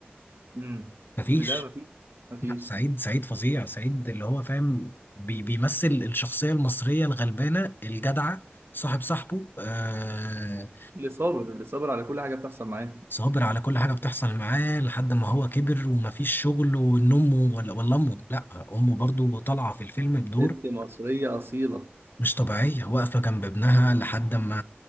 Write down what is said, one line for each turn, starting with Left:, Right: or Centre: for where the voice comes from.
Right: امم
Left: مفيش
Right: لا مفيش مفيش
Left: لا، سعيد سعيد فظيع سعيد اللي هو فاهم بي بيمثل الشخصية المصرية الغلبانة الجدعة صاحب صاحبه آه
Right: اللي صابر اللي صابر على كل حاجه بتحصل معاه
Left: صابر على كل حاجة بتحصل معاه لحد ما هو كبر ومفيش شغل وان امه ولا ولا امه لا امه برضو طالعة في الفيلم بدور
Right: ست مصريه اصيله
Left: مش طبيعية واقفة جنب ابنها لحد ما